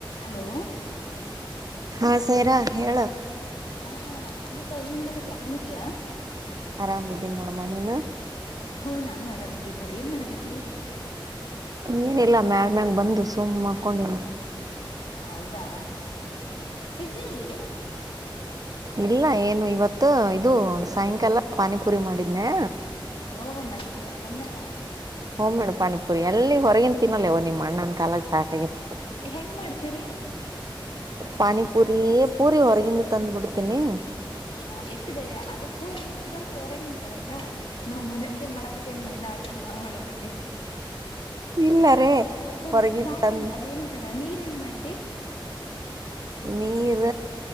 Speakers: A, on the left (about 80°); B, on the right (about 45°).
A: Hello
B: ಹಾ ಸೈರಾ ಹೇಳ
A: ಹಾ ಅಂಬಿಕಾ ಏನ್ ಮಾಡಕ್ಕತ್ತಿ ಆರಾಮದಿಯಾ
B: ಆರಾಮ ಇದದ್ದೀನಿ ನೋಡಮ ನಿನ್
A: ಹ್ಮ್ ನಾನು ಆರಾಮ ಇದೀನ ನೋಡ ಏನ್ ಮಾಡಾಕತಿ
B: ಏನ ಇಲ್ಲಾ ಮ್ಯಾಮ ಬಂದು ಸುಮ್ ಮಕೊಂಡಿನ್
A: ಹೌದಾ ಇಟಜಲ್ದಿ
B: ಇಲ್ಲ ಏನು ಇವತ್ತು ಇದು ಸಾಯಂಕಾಲ ಪಾನಿಪುರಿ ಮಾಡಿದ್ನೆ
A: ಹ ಮನೆಗೆ ಹೋಮ್ಮೇಡಾ
B: ಹಓ ಹೋಮೇಡ್ ಪಾನಿಪುರಿ ಎಲ್ಲಿ ಹೊರಗಿನ್ ತಿನ್ನಲ್ಲೇವೋ ನಿಮ್ಣನ್ ಕಾಲಾಗ ಸಾಕಾಗೆತಿ
A: ಹೆಂಗ್ ಮಾಡ್ತೀರಿ
B: ಪಾನಿಪುರಿ ಪೂರಿ ಹೊರಗಿಂದ ತಂದು ಬಿಡ್ತೀನಿ
A: ಹಾ ಎಷ್ಟು ಬೇರೆ ಅದು ಪೂರಿ ನಮಗ್ ಬರ್ತದ ಹೊರಗಂತರಕ್ಕ ನಾವ್ ಮನಂದೇ ಮಾಡಾಕತ್ತೇನೆ ಮೈದಾ ಆಯ್ಕ ನಾವ್ ಮಾಡಾಕತ್ತೇನಿ
B: ಇಲ್ಲರೇ
A: ಸರಿ
B: ಹೊರಗಿನ್
A: ಸಾರ
B: ತಂದ್
A: ಹೆಂಗ ಅದು ಏನಂತರ ನೀರ್ ಹೆಂಗ್ ಮಾಡ್ತಿ
B: ನೀರ